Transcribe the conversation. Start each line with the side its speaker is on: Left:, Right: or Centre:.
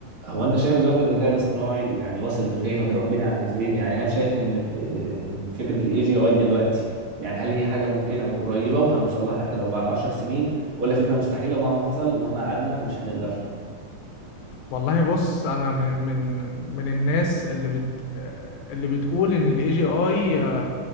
Right: هو انت شايف دلوقتي الذكاء الاصطناعي يعني وصل بفين وهيروح بينا على فين يعني هل شايف ان آه، فكرة الاي جي اي دلوقتي يعني هل هي حاجة ممكنة وقريبة وهنوصل لها حتى لو بعد عشر سنين ولا فكرة مستحيلة ومهما حصل ومهما قعدنا مش هنقدر
Left: والله بص انا من من من الناس اللي بت اللي بتقول ان الاي جي اي